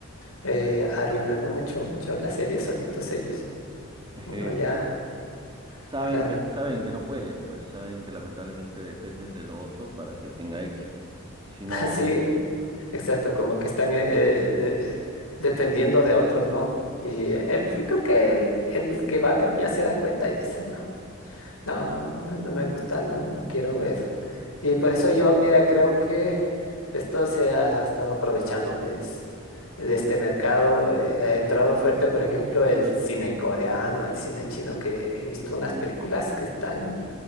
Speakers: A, on the left; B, on the right.
A: eh, arruinando mucho, mucho la serie solitos ellos.
B: es
A: Uno
B: que
A: ya,
B: saben
A: claro,
B: que, saben que no pueden, pues saben que lamentablemente dependen de lo otro para que tenga éxito. Si
A: <laughs> así,
B: no,
A: exacto, como que están eh, de- dependiendo de otros, ¿no? Y él, yo creo que el, el que va a ver ya se da cuenta y dice, no, No, no, no, no me gusta, no, no quiero ver. Y por eso yo, mira, creo que de esto se ha estado aprovechando, pues, de este mercado. eh, ha entrado fuerte, por ejemplo, el cine coreano, el cine chino, que he visto unas películas que están